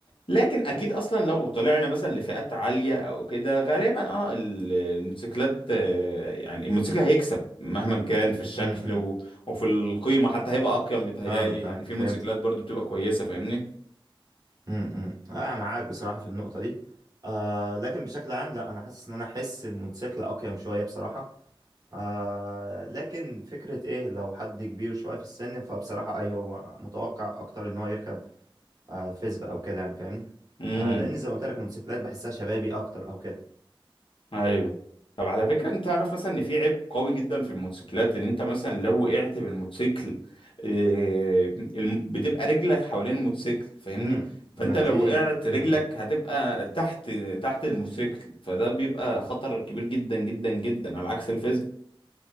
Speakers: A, on the left; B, on the right.
A: لكن اكيد اصلا لو طلعنا مثلا لفئات عاليه او كده غالبا اه ال- الموتوسيكلات آه، يعني الموتوسيكل هيكسب مهما كان في الشكل
B: امم
A: و... وفي القيمه حتى هيبقى اقيم بيتهيألي
B: فاهمك فاهم
A: يعني في
B: فهمتك
A: موتوسيكلات برضو بتبقى كويسه فاهمني
B: امم أنا معاك بصراحة في النقطة دي آه لكن بشكل عام لا أنا حاسس إن أنا أحس الموتوسيكل أقيم شوية بصراحة آه لكن فكرة إيه لو حد كبير شوية في السن فبصراحة أيوه هو متوقع أكتر إن هو يركب آه، فيسبا او كده يعني فاهمني
A: امم
B: آه، لان زي ما قلت لك الموتوسيكلات بحسها شبابي اكتر او كده
A: ايوه طب على فكره انت تعرف مثلا ان في عيب قوي جدا في الموتوسيكلات ان انت مثلا لو وقعت بالموتوسيكل آه، الم- بتبقى رجلك حوالين الموتوسيكل فاهمني
B: امم
A: فانت
B: ما
A: لو
B: دي
A: وقعت رجلك
B: امم
A: هتبقى تحت تحت الموتوسيكل فده بيبقى خطر كبير جدا جدا جدا على عكس الفيزيك